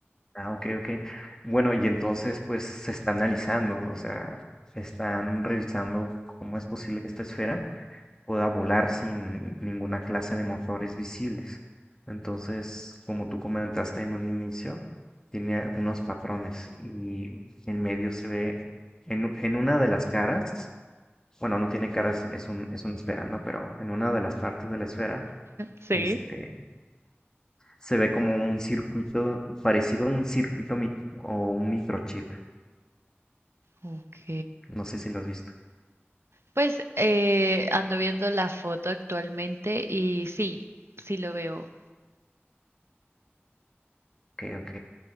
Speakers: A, on the left; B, on the right.
A: Ah, ok, ok. Bueno, y entonces pues se está analizando, o sea, están revisando cómo es posible que esta esfera pueda volar sin ninguna clase de motores visibles. Entonces, como tú comentaste en un inicio, tiene unos patrones y en medio se ve, en, u- en una de las caras, bueno, no tiene caras, es un, es una esfera, ¿no? Pero en una de las partes de la esfera,
B: sí,
A: este, se ve como un circuito, parecido a un circuito mi- o un microchip.
B: ok.
A: No sé si lo has visto.
B: Pues eh, ando viendo la foto actualmente y sí, sí lo veo.
A: Ok, ok,